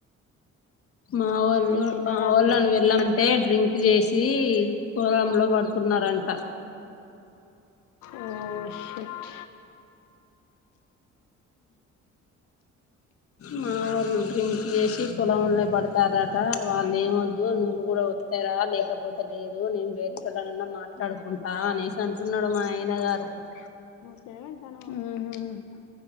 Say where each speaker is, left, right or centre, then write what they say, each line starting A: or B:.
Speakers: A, on the left (about 50°); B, on the left (about 80°).
A: మా వోళ్ళు
B: రేపు ఎల్లడట్నా
A: మా వోళ్ళుని వెళ్ళామంటే డ్రింక్ జేసి పొలంలో పడుకున్నారంట
B: వో షట్
A: మా వోళ్ డ్రింక్ జేసి పొలంలె బడత్ తారట వాళ్ళు ఏమ్ వద్దు నువ్వు కూడా వత్తే రా లేకపోతే లేదు నేను వేరే టోళ్ళనన్న మాట మాట్లాడుకుంటా అనేసి అంటున్నాడు మా ఆయన గారు
B: హ్మ్ హు